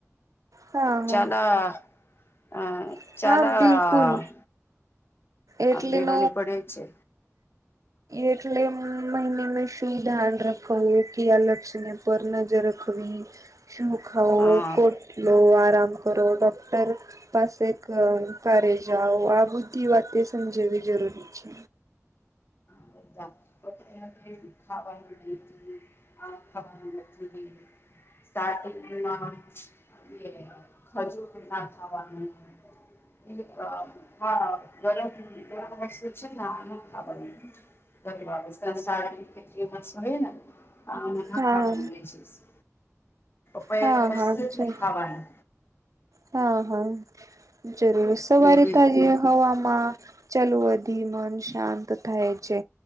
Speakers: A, on the right; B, on the left.
A: હા હા
B: ચાલા અ
A: હ
B: ચાલા
A: હા બિલકુલ એટલી
B: લેવાની
A: ન
B: પડે છે
A: એટલે મહિને મે શું ધ્યાન રાખવું કે આ લપ્સને ઉપર નજર રાખવી શું ખાઓ
B: હા
A: ખટલો આરામ ઓરો ડૉક્ટર પાસે કારે જાઓ આ બધી વાતે સમજવી જરૂરી છે
B: <inaudible> <inaudible> <inaudible> ના ખજૂર ના ખાવાનું એક અ ગરમ <unintelligible> <inaudible>
A: હા
B: પપૈયા
A: હા
B: તો
A: હા
B: કશું જ
A: છે
B: નહીં ખાવાનું
A: હા હા જરૂર સવારે
B: એ
A: તાજી હવામાં ચલવાથી મન શાંત થાય છે